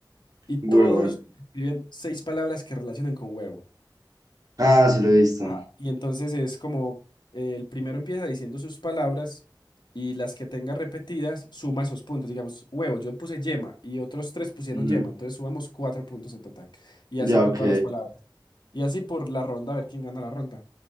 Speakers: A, on the left; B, on the right.
A: Y todos
B: huevo
A: escriben seis palabras que relacionen con huevo.
B: Ah, sí, lo he visto.
A: Ajá. Y entonces es como eh, el primero empieza diciendo sus palabras y las que tenga repetidas suma esos puntos. Digamos, huevo, yo puse yema y otros tres pusieron
B: Ujú.
A: yema. Entonces sumamos cuatro puntos en total. Y
B: Ya,
A: así con
B: ok.
A: todas las palabras. Y así por la ronda, a ver quién gana la ronda.